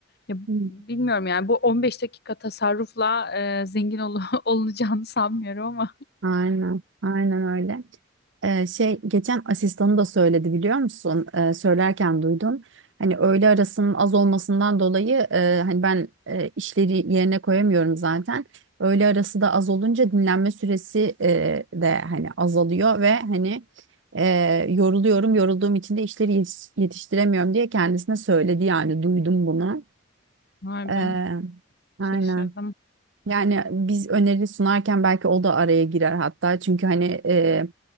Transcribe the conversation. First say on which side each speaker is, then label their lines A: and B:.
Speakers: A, on the left; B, on the right.
A: ya
B: Hı.
A: bilmiyorum yani bu 15 dakika tasarrufla eee, zengin ol <laughs> olunacağını sanmıyorum ama.
B: Aynen, aynen öyle. Ee, şey geçen asistanı da söyledi biliyor musun? Ee, söylerken duydum. Hani öğle arasının az olmasından dolayı e, hani ben e, işleri yerine koyamıyorum zaten. Öğle arası da az olunca dinlenme süresi e, de hani azalıyor ve hani e, yoruluyorum. Yorulduğum için de işleri yetiş- yetiştiremiyorum diye kendisine söyledi yani duydum bunu.
A: Vay
B: Ee,
A: be
B: aynen.
A: şaşırdım.
B: Yani biz öneri sunarken belki o da araya girer hatta. Çünkü hani e,